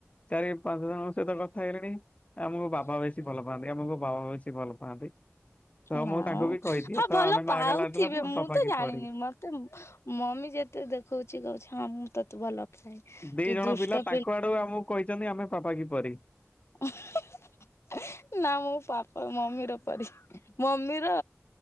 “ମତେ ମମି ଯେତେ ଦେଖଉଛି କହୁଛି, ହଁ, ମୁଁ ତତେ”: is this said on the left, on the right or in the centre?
Left